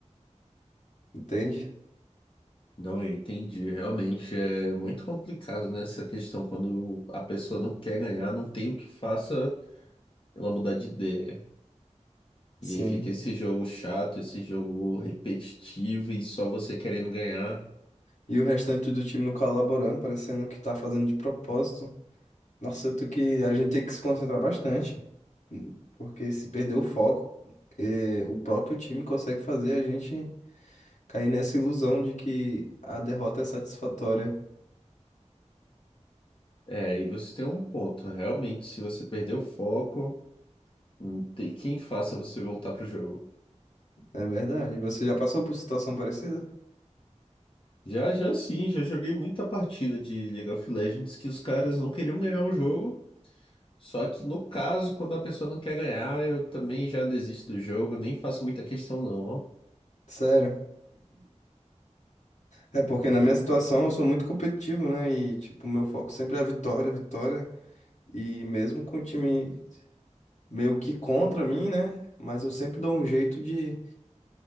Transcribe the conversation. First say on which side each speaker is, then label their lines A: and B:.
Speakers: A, on the left; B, on the left.
A: Entende?
B: Não, eu entendi. Realmente é muito complicado, né, essa questão quando a pessoa não quer ganhar, não tem o que faça ela mudar de ideia.
A: Sim.
B: E aí fica esse jogo chato, esse jogo repetitivo e só você querendo ganhar.
A: E o restante do time não colaborando, parecendo que tá fazendo de propósito. Nossa, eu tô que. A gente tem que se concentrar bastante. Porque se perder o foco, eh, o próprio time consegue fazer a gente cair nessa ilusão de que a derrota é satisfatória.
B: É, e você tem um ponto. Realmente, se você perder o foco, não tem quem faça você voltar pro jogo.
A: É verdade. Você já passou por situação parecida?
B: Já, já sim, já joguei muita partida de League of Legends que os caras não queriam ganhar o jogo. Só que no caso, quando a pessoa não quer ganhar, eu também já desisto do jogo, nem faço muita questão não, ó.
A: Sério. É porque na minha situação eu sou muito competitivo, né? E, tipo, meu foco sempre é a vitória, vitória. E mesmo com o time meio que contra mim, né? Mas eu sempre dou um jeito de.